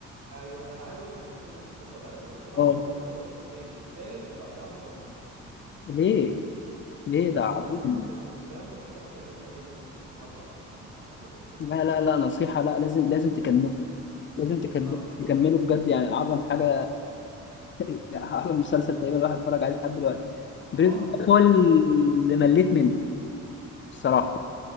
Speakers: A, on the right; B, on the left.
A: ايوه انا عايز اقول لك ان كل الناس اتفقت على كده لكن انا
B: اه
A: حضرت الاول والثاني والثالث وبعدها ما كملتش
B: ليه ليه
A: لسه
B: ده عظيم
A: لسه <laughs> محتاج اكمله الكلام ده الكلام ده كان تقريبا يمكن من اربع سنين او حاجه زي كده
B: لا لا لا نصيحه لا لازم لازم تكمل لازم تكل-
A: اه اتفرج
B: تكمله بجد يعني
A: ايوه
B: اعظم حاجه <laughs> اعظم مسلسل تقريبا الواحد اتفرج عليه لحد دلوقتي
A: ما
B: بريزون
A: اه ناس
B: بريك
A: كتير
B: هو اللي
A: ناس كتير
B: مليت منه الصراحه